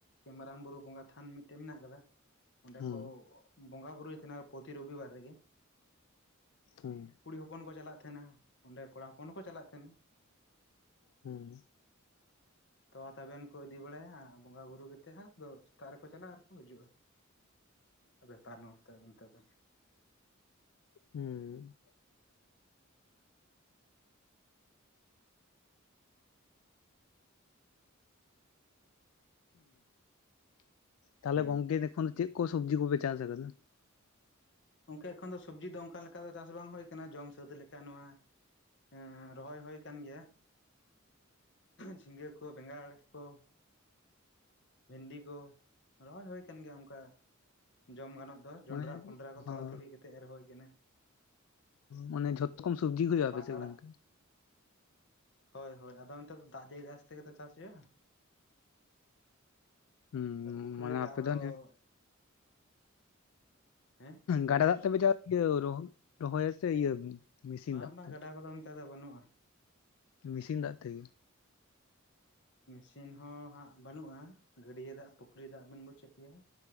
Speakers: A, on the left; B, on the left.
A: ᱢᱟᱨᱟᱝ ᱵᱩᱨᱩ ᱵᱚᱸᱜᱟ ᱛᱷᱟᱱ ᱢᱤᱫᱴᱮᱡ ᱢᱮᱱᱟᱜ ᱟᱠᱟᱫᱟ ᱚᱸᱰᱮ
B: ᱦᱮᱸ
A: ᱠᱚ ᱵᱚᱸᱜᱟ ᱵᱩᱨᱩᱭ ᱛᱷᱮᱱᱟ ᱯᱚᱛᱤ ᱨᱚᱵᱤᱵᱟᱨ ᱨᱮᱜᱮ ᱾
B: ᱦᱩᱸ᱾
A: ᱠᱩᱲᱤ ᱦᱚᱯᱚᱱ ᱠᱚ ᱪᱟᱞᱟᱜ ᱛᱷᱮᱱᱟ ᱚᱸᱰᱮ ᱠᱚᱲᱟ ᱦᱚᱯᱚᱱ ᱦᱚᱸᱠᱚ ᱪᱟᱞᱟᱜ ᱛᱷᱮᱱᱟ ᱾
B: ᱦᱩᱸ
A: ᱛᱚᱣᱟ ᱛᱟᱵᱮᱱ ᱠᱚ ᱤᱫᱤ ᱵᱟᱲᱟᱭᱟ ᱵᱚᱸᱜᱟ ᱵᱩᱨᱩ ᱠᱮᱛᱮᱜ ᱦᱟᱸᱜ ᱟᱫᱚ ᱥᱮᱛᱟᱜ ᱨᱮᱠᱚ ᱪᱟᱞᱟᱜᱼᱟ ᱟᱨᱠᱚ ᱦᱟᱹᱡᱩᱜᱼᱟ ᱾ ᱵᱮᱯᱟᱨ ᱱᱚᱛᱮ ᱚᱱᱛᱮ ᱫᱚ ᱾
B: ᱦᱩᱸ ᱾ <inaudible> ᱛᱟᱞᱦᱮ
A: ᱦᱩᱸ
B: ᱜᱚᱝᱠᱮ ᱮᱠᱷᱚᱱ ᱪᱮᱜ ᱠᱚ ᱥᱚᱵᱽᱡᱤ ᱠᱚᱯᱮ ᱪᱟᱥ ᱟᱠᱟᱫᱟ?
A: ᱜᱚᱝᱠᱮ ᱮᱠᱷᱚᱱ ᱫᱚ ᱥᱚᱵᱽᱡᱤ ᱫᱚ ᱚᱝᱠᱟ ᱞᱮᱠᱟ ᱫᱚ ᱪᱟᱥ ᱵᱟᱝ ᱦᱩᱭ ᱠᱟᱱᱟ ᱡᱚᱢ ᱥᱟᱹᱛ ᱞᱮᱠᱟ ᱱᱚᱣᱟ ᱮᱸ ᱨᱚᱦᱚᱭ ᱦᱩᱭ ᱠᱟᱱ ᱜᱮᱭᱟ ᱡᱷᱤᱸᱜᱟᱹ ᱠᱚ ᱵᱮᱸᱜᱟᱲ ᱠᱚ ᱾ ᱵᱷᱤᱱᱰᱤ ᱠᱚ ᱨᱚᱦᱚᱭ ᱦᱩᱭ ᱠᱟᱱ ᱜᱮᱭᱟ ᱚᱝᱠᱟ ᱡᱚᱢ ᱜᱟᱱᱚᱜ ᱫᱚ ᱡᱚᱸᱰᱨᱟ
B: ᱢᱟᱱᱮ
A: ᱯᱷᱚᱸᱰᱨᱟ ᱠᱚ
B: ᱦᱚᱸ
A: ᱛᱷᱚᱲᱟ ᱛᱷᱩᱲᱤ ᱠᱮᱛᱮᱜ ᱮᱨ ᱦᱚᱭ ᱠᱟᱱᱟ ᱾
B: ᱢᱟᱱ ᱡᱷᱚᱛᱚ ᱠᱚᱢ ᱥᱚᱵᱽᱡᱤ ᱜᱮ ᱦᱩᱭᱩᱜᱼᱟ ᱟᱯᱮ
A: ᱯᱟᱴ
B: ᱥᱮᱜ ᱜᱚᱝᱠᱮ?
A: ᱦᱚᱭ ᱦᱚᱭ ᱟᱫᱚ ᱚᱱᱛᱮ ᱫᱚ ᱫᱟᱜ ᱡᱟᱹᱲᱤ ᱟᱥᱛᱮ ᱜᱮᱛᱚ ᱪᱟᱥ ᱦᱩᱭᱩᱜᱼᱟ ᱾
B: ᱦᱩᱸ
A: ᱯᱩᱠᱷᱨᱤ
B: ᱢᱟᱱᱮ
A: ᱨᱮ ᱫᱟᱜ
B: ᱟᱯᱮ
A: ᱦᱚᱸ
B: ᱫᱚ ᱟᱱᱮ
A: ᱦᱮᱸ
B: ᱜᱟᱰᱟ
A: ᱞᱟᱹᱭ ᱢᱮ
B: ᱫᱟᱜ ᱛᱮᱯᱮ ᱪᱟᱜ ᱤᱭᱟᱹ ᱨᱚᱦᱚ ᱨᱚᱦᱚᱭᱟ ᱥᱮ ᱤᱭᱟᱹ ᱢᱮᱥᱤᱱ
A: ᱵᱟᱝ
B: ᱫᱟᱜ
A: ᱵᱟᱝ
B: ᱛᱮ?
A: ᱜᱟᱰᱟ ᱠᱚᱫᱚ ᱚᱱᱛᱮ ᱫᱚ ᱵᱟᱹᱱᱩᱜᱼᱟ ᱾
B: ᱢᱮᱥᱤᱱ ᱫᱟᱜ ᱛᱮᱜᱮ?
A: ᱢᱮᱥᱤᱱ ᱦᱚᱸ ᱦᱟᱸᱜ ᱵᱟᱹᱱᱩᱜᱼᱟ, ᱜᱟᱹᱰᱭᱟᱹ ᱫᱟᱜ ᱯᱩᱠᱷᱨᱤ ᱫᱟᱜ ᱵᱮᱱ ᱵᱩᱡᱷᱮᱜ ᱜᱮᱭᱟ᱾